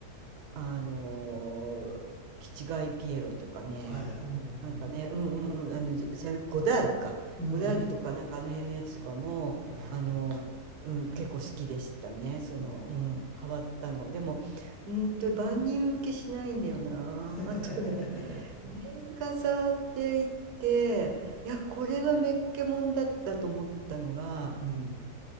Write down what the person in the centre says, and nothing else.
はい。う
ん。
うん。
お
ー。ああ、
なるほど。
<laughs> へへへへ
うん。